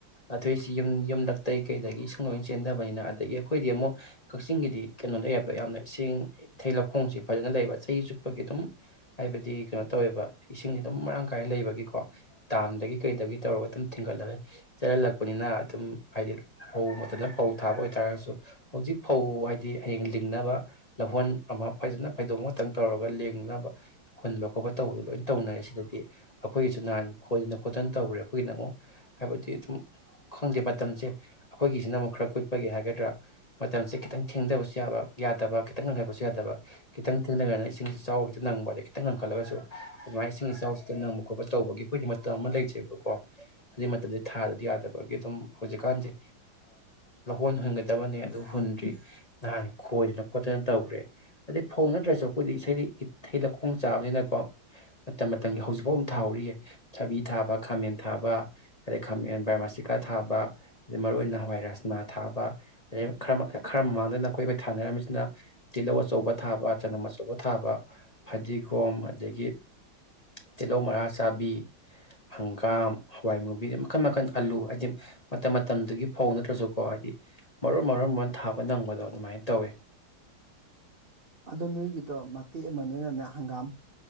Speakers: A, on the left; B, on the right.
A: ꯑꯇꯩꯁꯤ ꯌꯨꯝ ꯌꯨꯝꯂꯇꯩ ꯀꯩꯗꯒꯤ ꯏꯁꯤꯡ ꯂꯣꯏꯅ ꯆꯦꯟꯗꯕꯅꯤꯅ ꯑꯗꯒꯤ ꯑꯩꯈꯣꯏꯗꯤ ꯑꯃꯨꯛ ꯀꯛꯆꯤꯡꯒꯤꯗꯤ ꯀꯩꯅꯣ ꯂꯩꯌꯦꯕ ꯌꯥꯝꯅ ꯏꯁꯤꯡ ꯏꯊꯦꯜ ꯂꯧꯈꯣꯡꯁꯤ ꯐꯖꯅ ꯂꯩꯕ ꯆꯍꯤ ꯆꯨꯞꯄꯒꯤ ꯑꯗꯨꯝ ꯍꯥꯏꯕꯗꯤ ꯀꯩꯅꯣ ꯇꯧꯋꯦꯕ ꯏꯁꯤꯡꯁꯤ ꯑꯗꯨꯝ ꯃꯔꯥꯡ ꯀꯥꯏꯅ ꯂꯩꯕ ꯀꯣ ꯇꯥꯝꯗꯒꯤ ꯀꯩꯗꯒꯤ ꯇꯧꯔꯒ ꯑꯗꯨꯝ ꯊꯤꯡꯒꯠꯂꯒ ꯆꯠꯍꯜꯂꯛꯄꯅꯤꯅ ꯑꯗꯨꯝ ꯍꯥꯏꯗꯤ ꯐꯧ ꯃꯇꯝꯗ ꯐꯧ ꯊꯥꯕ ꯑꯣꯏꯇꯥꯔꯒꯁꯨ ꯍꯧꯖꯤꯛ ꯐꯧ ꯍꯥꯏꯗꯤ ꯍꯌꯦꯡ ꯂꯤꯡꯅꯕ ꯂꯧꯍꯣꯟ ꯑꯃ ꯐꯖꯅ ꯐꯩꯗꯣꯛ ꯈꯇꯪ ꯇꯧꯔꯒ ꯂꯦꯡꯅꯕ ꯍꯨꯟꯕ ꯈꯣꯠꯄ ꯇꯧꯕꯗꯣ ꯂꯣꯏ ꯇꯧꯅꯔꯦ ꯁꯤꯗꯗꯤ ꯑꯩꯈꯣꯏꯒꯤꯁꯨ ꯅꯍꯥꯟ ꯈꯣꯏꯗꯅ ꯈꯣꯠꯇꯅ ꯇꯧꯈ꯭ꯔꯦ ꯑꯩꯈꯣꯏꯒꯤꯅ ꯑꯃꯨꯛ ꯍꯥꯏꯕꯗꯤ ꯑꯗꯨꯝ ꯈꯪꯗꯦ ꯃꯇꯝꯁꯦ ꯑꯩꯈꯣꯏꯒꯤꯁꯤꯅ ꯑꯃꯨꯛ ꯈꯔ ꯀꯨꯠꯄꯒꯤ ꯍꯥꯏꯒꯗ꯭ꯔꯥ ꯃꯇꯝꯁꯦ ꯈꯤꯇꯪ ꯊꯦꯡꯗꯕꯁꯨ ꯌꯥꯕ ꯌꯥꯗꯕ ꯇ ꯇꯛꯅ ꯍꯥꯏꯥꯏꯕꯁꯨ ꯌꯥꯗꯕ ꯈꯤꯇꯪ ꯊꯦꯡꯅꯔꯅ ꯏꯁꯤꯡ ꯏꯆꯥꯎꯁꯤ ꯍꯦꯛꯇ ꯅꯪꯕ ꯈꯤꯇꯪ ꯉꯪꯈꯠꯂꯒꯁꯨ ꯑꯗꯨꯃꯥꯏꯅ ꯏꯁꯤꯡ ꯏꯆꯥꯎꯁꯤꯛꯇ ꯅꯪꯕ ꯈꯣꯠꯄ ꯇꯧꯕꯒꯤ ꯑꯩꯈꯣꯏꯗꯤ ꯃꯇꯝ ꯑꯃ ꯂꯩꯖꯦꯕꯀꯣ ꯑꯗꯨꯩ ꯃꯇꯝꯗꯨ ꯊꯥꯗꯗꯤ ꯌꯥꯗꯕꯒꯤ ꯑꯗꯨꯝ ꯍꯧꯖꯤꯛꯀꯥꯟꯁꯦ ꯂꯧꯍꯣꯟ ꯍꯨꯟꯒꯗꯕꯅꯦ ꯑꯗꯨ ꯍꯨꯟꯗ꯭ꯔꯤ ꯅꯍꯥꯟ ꯈꯣꯏꯗꯅ ꯈꯣꯠꯇꯅ ꯇꯧꯈ꯭ꯔꯦ ꯑꯗꯩ ꯐꯧ ꯅꯠꯇ꯭ꯔꯁꯨ ꯑꯩꯈꯣꯏꯗꯤ ꯏꯁꯩꯗꯤ ꯏꯊꯩ ꯂꯧꯈꯣꯡ ꯆꯥꯕꯅꯤꯅꯀꯣ ꯃꯇꯝ ꯃꯇꯝꯒꯤ ꯍꯧꯖꯤꯛꯐꯥꯎ ꯊꯥꯍꯧꯔꯤꯌꯦ ꯊꯕꯤ ꯊꯥꯕ ꯈꯥꯃꯦꯟ ꯊꯥꯕ ꯑꯗꯩ ꯈꯥꯃꯦꯟ ꯕꯥꯔꯃꯥꯁꯤꯀꯥ ꯊꯥꯕ ꯑꯗꯩ ꯃꯔꯨꯏ ꯑꯣꯏꯅ ꯍꯋꯥꯏ ꯔꯖꯃꯥ ꯊꯥꯕ ꯑꯗꯩꯔ ꯈꯔ ꯃꯃꯥꯡꯗꯅ ꯑꯩꯈꯣꯏꯈꯣꯏ ꯊꯥꯅꯔꯝꯃꯤꯁꯤꯅ ꯇꯤꯜꯍꯧ ꯑꯆꯧꯕ ꯊꯥꯕ ꯆꯅꯝ ꯑꯆꯧꯕ ꯊꯥꯕ ꯐꯗꯤꯒꯣꯝ ꯑꯗꯒꯤ ꯇꯤꯜ ꯂꯧ ꯃꯔꯥ ꯆꯥꯕꯤ ꯍꯪꯒꯥꯝ ꯍꯋꯥꯏ ꯃꯨꯕꯤꯗ ꯃꯈꯟ ꯃꯈꯟ ꯑꯂꯨ ꯍꯥꯏꯕꯗꯤ ꯃꯇꯝ ꯃꯇꯝꯗꯨꯒꯤ ꯐꯧ ꯅꯠꯇ꯭ꯔꯁꯨꯀꯣ ꯍꯥꯏꯗꯤ ꯃꯔꯨꯞ ꯃꯔꯨꯝ ꯃꯔꯣꯟ ꯊꯥꯕ ꯅꯪꯕꯗꯣ ꯑꯗꯨꯃꯥꯏꯅ ꯇꯧꯋꯤ
B: ꯑꯗꯣ ꯅꯣꯏꯒꯤꯗꯣ ꯃꯇꯦꯛ ꯑꯃ ꯅꯣꯏꯅꯅꯦ ꯍꯪꯒꯥꯝ